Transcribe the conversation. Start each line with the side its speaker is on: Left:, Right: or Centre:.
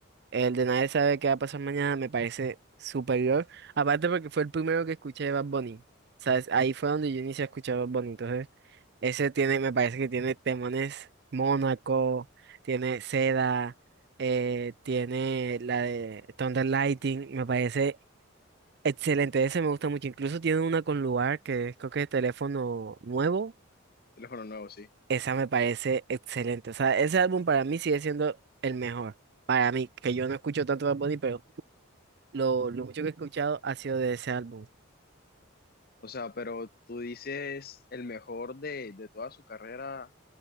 Right: El de Nadie sabe qué va a pasar mañana me parece superior. Aparte porque fue el primero que escuché de Bad Bunny. ¿Sabes? Ahí fue donde yo inicié a escuchar Bad Bunny. Entonces, ese tiene, me parece que tiene temones Mónaco, tiene Seda, eh, tiene la de Thunder Lighting. Me parece Excelente, ese me gusta mucho. Incluso tiene una con lugar que es, creo que es teléfono nuevo.
Left: Teléfono nuevo, sí.
Right: Esa me parece excelente. O sea, ese álbum para mí sigue siendo el mejor. Para mí, que yo no escucho tanto Bad Bunny, pero lo, lo mucho que he escuchado ha sido de ese álbum.
Left: O sea, pero tú dices el mejor de, de toda su carrera